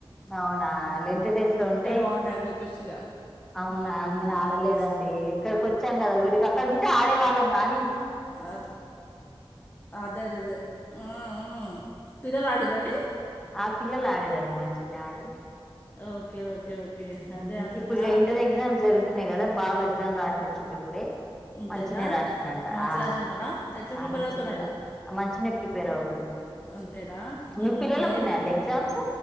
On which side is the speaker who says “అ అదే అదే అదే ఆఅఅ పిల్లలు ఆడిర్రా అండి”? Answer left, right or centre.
Left